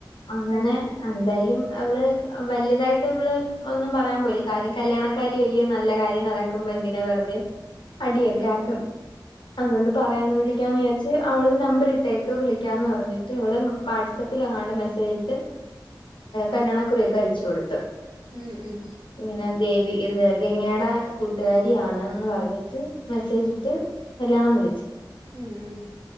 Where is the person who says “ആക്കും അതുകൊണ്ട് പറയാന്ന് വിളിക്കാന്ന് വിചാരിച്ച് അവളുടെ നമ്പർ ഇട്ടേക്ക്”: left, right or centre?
Left